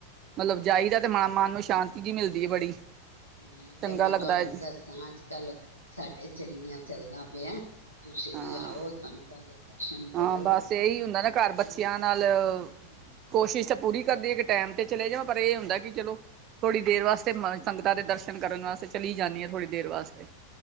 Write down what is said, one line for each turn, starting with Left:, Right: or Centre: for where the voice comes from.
Right: ਮਤਲਬ ਜਾਈਦਾ ਤੇ ਮ-ਮਨ ਨੂੰ ਸ਼ਾਂਤੀ ਜੀ ਮਿਲਦੀ ਆ ਬੜੀ।
Left: ਹਾਂ,
Right: ਚੰਗਾ
Left: ਕਿਆ ਮੈਂ
Right: ਲੱਗਦਾ
Left: ਤੁਆਨੂੰ
Right: ਹੈ
Left: ਦੱਸਾਂ ਅੱਜ ਕੱਲ੍ਹ ਸਾਡੇ ਚਲੀਆਂ ਚੱਲਦਾ ਪਿਐ ਤੁਸੀਂ
Right: ਹਾਂ
Left: ਵੀ ਆਓ, ਸੰਗਤਾਂ ਦੇ ਦਰਸ਼ਨ ਕਰੋ,
Right: ਹਾਂ ਬਸ ਇਹੀ ਹੁੰਦਾ
Left: ਬੜਾ
Right: ਨਾ
Left: ਅੱਛਾ
Right: ਘਰ ਬੱਚਿਆਂ
Left: ਲੱਗਦਾ
Right: ਨਾਲ
Left: ਐ।
Right: ਕੋਸ਼ਿਸ਼ ਤਾਂ ਪੂਰੀ ਕਰਦੀ ਐ, ਕਿ ਟੈਮ ਤੇ ਚਲੇ ਜਾਵਾਂ ਪਰ ਇਹ ਹੁੰਦਾ ਕਿ ਚਲੋ ਥੋੜ੍ਹੀ ਦੇਰ ਵਾਸਤੇ ਮ-ਸੰਗਤਾਂ ਦੇ ਦਰਸ਼ਨ ਸ਼ਨ ਕਰਨ ਵਾਸਤੇ ਚਲੀ ਜਾਂਨੀ ਆਂ, ਥੋੜ੍ਹੀ ਦੇਰ ਵਾਸਤੇ।